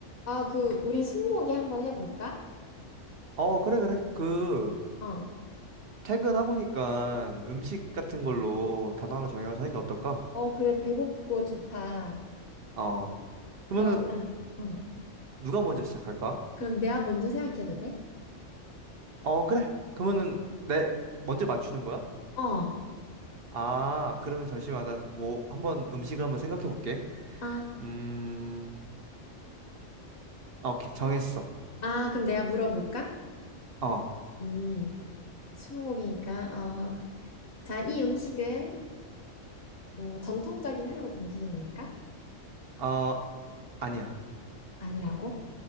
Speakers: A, on the left; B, on the right.
A: 아, 그, 우리 스무고개 한번 해볼까?
B: 어, 그래, 그래. 그,
A: 어,
B: 퇴근하고 니까 음식 같은 걸로 단어 하나 정해가지고 하는 게 어떨까?
A: 어, 그래, 배고프고 좋다.
B: 어. 그러면은,
A: 그러면,
B: 어,
A: 어.
B: 누가 먼저 시작할까?
A: 그럼 내가 먼저 생각해도 돼?
B: 어, 그래. 그러면은, 내, 먼저 맞추는 거야?
A: 어,
B: 아, 그러면 잠시만. 나 뭐, 한번 음식을 한번 생각해 볼게.
A: 아,
B: 음, 아, 오케이. 정했어.
A: 아, 그럼 내가 물어볼까?
B: 어,
A: 음, 스무고개니까, 어, 자, 이 음식은, 음, 전통적인 한국 음식입니까?
B: 어, 아니야.
A: 아니라고?